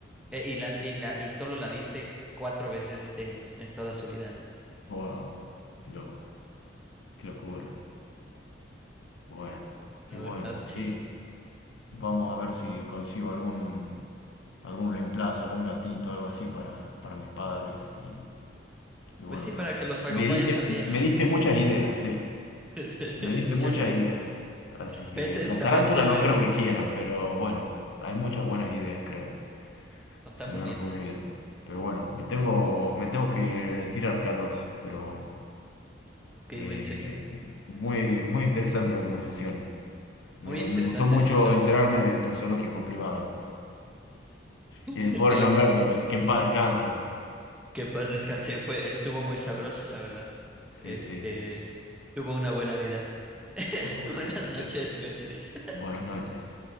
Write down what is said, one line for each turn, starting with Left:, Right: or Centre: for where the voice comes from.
Centre: eh, y la, y la, y solo la viste cuatro veces en, su- en toda su vida, ¿no?
Left: Wow, qué loco, qué locura. Bueno,
Centre: La
Left: qué bueno.
Centre: verdad,
Left: Sí,
Centre: sí.
Left: vamos a ver si consigo algún algún reemplazo, algún gatito, algo así para, para mis padres. Y, y bueno,
Centre: Pues sí,
Left: pero
Centre: para que los acompañe
Left: me diste,
Centre: también, ¿no?
Left: me diste muchas ideas, sí.
Centre: <laughs>
Left: Me diste
Centre: Muchas
Left: muchas
Centre: ideas.
Left: ideas. Así que
Centre: Peces
Left: la
Centre: también
Left: tarántula
Centre: tuve,
Left: no creo que quieran, pero bueno, hay muchas buenas ideas, creo.
Centre: son tan
Left: Se me
Centre: bonitas.
Left: han ocurrido. Pero bueno, me tengo, me tengo que retirar, Carlos. Pero
Centre: Ok,
Left: eh,
Centre: Wences,
Left: muy, muy interesante la conversación.
Centre: muy
Left: Me,
Centre: interesante,
Left: me gustó mucho
Centre: sinceramente.
Left: enterarme de tu zoológico privado. Y del
Centre: <laughs>
Left: pobre
Centre: Me-
Left: Lamberto, que, que en paz descanse.
Centre: que paz descanse, fue, estuvo muy sabroso, la verdad.
Left: Sí,
Centre: Este,
Left: sí,
Centre: tuvo una buena vida. <laughs>
Left: tuvo una buena
Centre: Buenas
Left: vida, sí.
Centre: noches, Wences.
Left: Buenas noches.